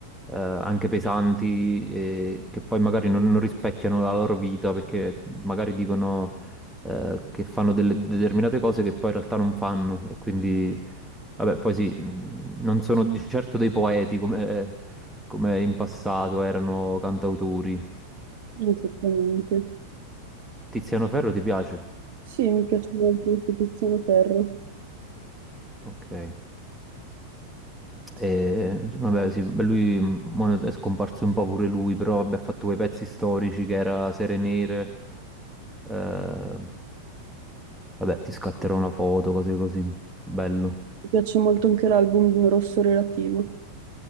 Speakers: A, in the centre; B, on the right (about 50°).
A: eh, anche pesanti e che poi magari non, non rispecchiano la loro vita perché magari dicono eh, che fanno delle determinate cose che poi in realtà non fanno e quindi, vabbè, poi sì, mh, non sono di certo dei poeti come, come in passato erano cantautori.
B: Esattamente.
A: Tiziano Ferro ti piace?
B: Sì, mi piace molto anche Tiziano Ferro.
A: Ok. E, vabbè, sì, beh, lui mm, mo è scomparso un po' pure lui, però vabbè, ha fatto quei pezzi storici che era Sere Nere. eh, vabbè, ti scatterò una foto, cose così. Bello.
B: Mi piace molto anche l'album Rosso Relativo.